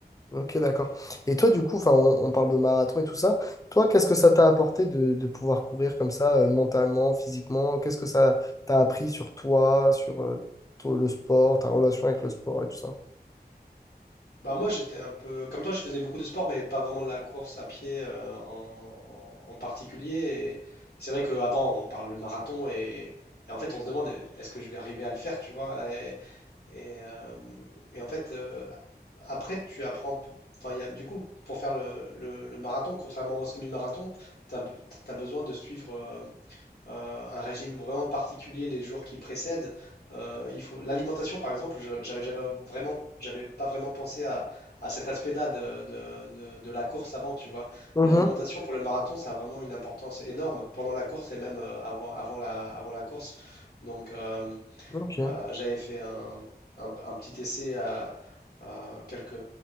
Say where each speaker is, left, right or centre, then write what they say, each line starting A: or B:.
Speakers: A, on the left (about 20°); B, on the left (about 65°).
A: ok, d'accord. Et toi, du coup, enfin, on, on parle de marathon et tout ça. Toi, qu'est-ce que ça t'a apporté de, de pouvoir courir comme ça, euh, mentalement, physiquement? Qu'est-ce que ça t'a appris sur toi, sur euh, ton- le sport, ta relation avec le sport et tout ça?
B: Bah moi j'étais un peu comme toi, je faisais beaucoup de sport, mais pas vraiment de la course à pied euh, en, en- en particulier. Et c'est vrai qu'avant on parle de marathon et, et en fait on se demande euh, est-ce que je vais arriver à le faire, tu vois. Et, et, euh, et en fait euh, après tu apprends, p- enfin il y a, du coup pour faire le, le- le marathon, contrairement au semi-marathon, tu as, besoin de suivre. euh, euh, un régime vraiment particulier les jours qui précèdent. Euh, il faut l'alimentation par exemple, je- j'avais j'avais vraiment, j'avais pas vraiment pensé à, à cet aspect-là de, de- de- de la course avant, tu vois.
A: Mhm,
B: Mais l'alimentation pour le marathon, ça a vraiment une importance énorme pendant la course et même euh, avant, avant la, avant la course. Donc, euh,
A: ok.
B: euh, j'avais fait un, un- un petit essai à, à quelques,